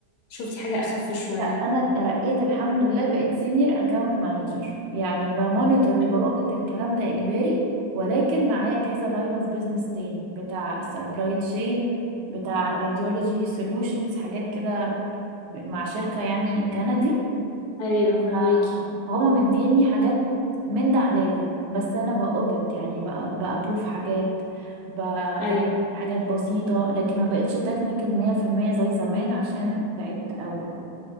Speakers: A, on the left; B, on the right.
A: شفتي حاجه اخف شويه
B: لا انا اترقيت الحمد لله بقيت سينيور اكاونت مانجر يعني بمونيتور وبقولت
A: الحمد لله
B: الكلام ده اجباري ولكن معايا كذا لاين اوف بيزنس تاني بتاع سبلاي تشين بتاع راديولوجي سولوشنز حاجات كده ب- مع شركة يعني كندي
A: ايوه فهماكي
B: آه، هما مديني حاجات من ده على ده بس انا باودت يعني بأبروف حاجات ب-
A: ايوه
B: بطلب حاجات بسيطة لكن ما بقتش تكنيكال 100% زي زمان عشان تعبت قوي